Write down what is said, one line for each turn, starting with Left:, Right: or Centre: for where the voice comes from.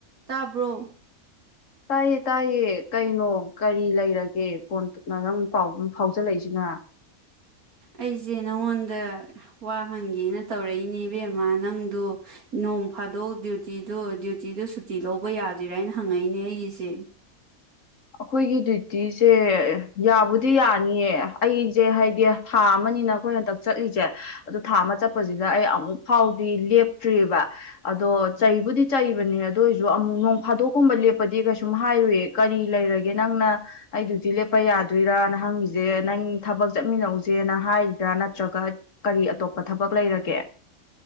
Right: ꯇꯥꯕ꯭ꯔꯣ
Left: ꯇꯥꯏꯌꯦ ꯇꯥꯏꯌꯦ ꯀꯩꯅꯣ ꯀꯔꯤ ꯂꯩꯔꯒꯦ ꯐꯣꯟꯗꯨꯅ ꯅꯪ ꯄꯥꯎ ꯐꯥꯎꯖꯤꯜꯂꯛꯏꯁꯤꯅ
Right: ꯑꯩꯁꯦ ꯅꯪꯉꯣꯟꯗ ꯋꯥ ꯍꯪꯒꯦꯅ ꯇꯧꯔꯛꯏꯅꯦ ꯏꯕꯦꯝꯃ ꯅꯪꯗ ꯅꯣꯡ ꯐꯥꯗꯣꯛ ꯗ꯭ꯌꯨꯇꯤꯗꯣ ꯗ꯭ꯌꯨꯇꯤꯗꯨ ꯁꯨꯇꯤ ꯂꯧꯕ ꯌꯥꯗꯣꯏꯔꯥ ꯍꯥꯏꯅ ꯍꯪꯉꯛꯏꯅꯦ ꯑꯩꯒꯤꯁꯦ
Left: ꯑꯩꯈꯣꯏꯒꯤ ꯗ꯭ꯌꯨꯇꯤꯁꯦ ꯌꯥꯕꯨꯗꯤ ꯌꯥꯅꯤꯌꯦ ꯑꯩꯁꯦ ꯍꯥꯏꯗꯤ ꯊꯥ ꯑꯃꯅꯤꯅ ꯑꯩꯈꯣꯏ ꯍꯟꯗꯛ ꯆꯠꯂꯤꯁꯦ ꯑꯗꯣ ꯊꯥ ꯑꯃ ꯆꯠꯄꯁꯤꯗ ꯑꯩ ꯑꯃꯨꯛ ꯐꯥꯎꯗꯤ ꯂꯦꯞꯇ꯭ꯔꯤꯑꯕ ꯑꯗꯣ ꯆꯩꯕꯨꯗꯤ ꯆꯩꯕꯅꯦ ꯑꯗꯨ ꯑꯣꯏꯔꯁꯨ ꯑꯃꯨꯛ ꯅꯣꯡ ꯐꯥꯗꯣꯛꯀꯨꯝꯕ ꯂꯦꯞꯄꯗꯤ ꯀꯩꯁꯨꯝ ꯍꯥꯏꯔꯨꯏ ꯀꯔꯤ ꯂꯩꯔꯒꯦ ꯅꯪꯅ ꯑꯩ ꯗ꯭ꯌꯨꯇꯤ ꯂꯦꯞꯄ ꯌꯥꯗꯣꯏꯔꯥꯅ ꯍꯪꯉꯁꯦ ꯅꯪ ꯊꯕꯛ ꯆꯠꯃꯤꯟꯅꯧꯁꯦꯅ ꯍꯥꯏꯔꯤꯕ꯭ꯔꯥ ꯅꯠꯇ꯭ꯔꯒ ꯀꯔꯤ ꯑꯇꯣꯞꯄ ꯊꯕꯛ ꯂꯩꯔꯒꯦ